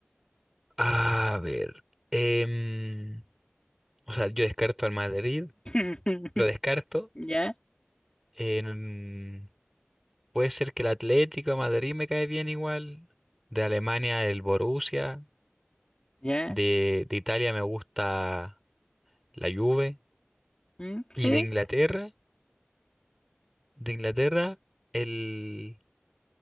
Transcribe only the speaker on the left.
<laughs>
¿Ya?
¿Ya?
¿Mm?
Sí,